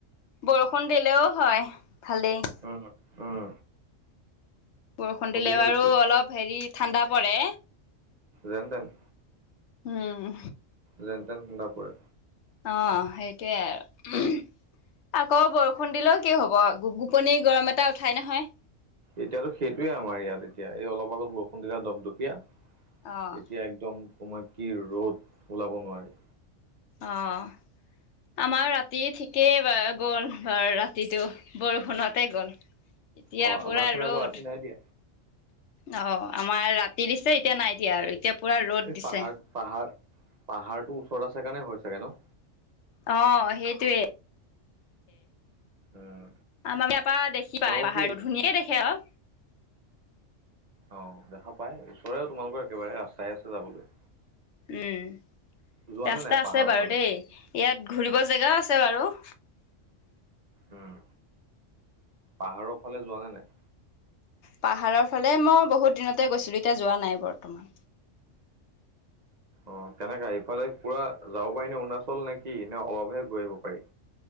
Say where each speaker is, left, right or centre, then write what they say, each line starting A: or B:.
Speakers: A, on the left (about 65°); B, on the right (about 40°).
A: বৰষুণ দিলেওঁ হয়, ভালেই।
B: অ'হ অ'
A: বৰষুণ দিলে
B: দিলেও
A: বাৰু
B: একেই
A: অলপ হেৰি ঠাণ্ডা পৰে।
B: Rain then
A: um'
B: rain then ঠাণ্ডা পৰে।
A: অ' সেইটোৱে আৰু। আকৌ বৰষুণ দিলেওঁ কি হ'ব অ', গুপ গুপনি গৰম এটা উঠাই নহয়।
B: এতিয়াতো সেইটোৱে আমাৰ ইয়াত এতিয়া, এই অলপ আগত বৰষুণ দিলে দপদপীয়া।
A: অ'
B: এতিয়া একদম তোমাৰ কি ৰ'দ ওলাব নোৱাৰি।
A: অ' আমাৰ ৰাতি ঠিকেই গ'ল বাৰু ৰাতিটো। বৰষুণতে গ'ল, এতিয়া
B: অ
A: পুৰা
B: আমাৰ ফালে
A: ৰ'দ।
B: আকৌ ৰাতি নাই দিয়া
A: অ' আমাৰ ৰাতি দিছে, এতিয়া নাই দিয়া আৰু এতিয়া পুৰা ৰ'দ
B: এই
A: দিছে।
B: পাহাৰ, পাহাৰ, পাহাৰটো ওচৰত আছে কাৰণে হৈ চাগে ন।
A: অ' সেইটোয়ে।
B: উম
A: আমাৰ ইয়াৰপা দেখি
B: তোমালোকৰ
A: পায় পাহাৰটো,
B: কি
A: ধুনীয়াকে দেখে অ'।
B: অ' দেখা পাই, ওচৰেও তোমালোকৰ একেবাৰে ৰাস্তাই আছে যাবলৈ।
A: উম'
B: যোৱা
A: ৰাস্তা
B: নে নাই
A: আছে
B: পাহাৰৰ
A: বাৰু
B: ফালে
A: দেই। ইয়াত ঘূৰিব জেগাও আছে বাৰু।
B: উম, পাহাৰৰ ফালে যোৱা নে নাই?
A: পাহাৰৰ ফালে মই বহুত দিনতে গৈছিলোঁ এতিয়া যোৱা নাই বৰ্তমান।
B: অঁ, কেনেকা ইফালে পুৰা যাব পাৰি নে অৰুণাচল নে কি নে অলপহে গৈ আহিব পাৰি।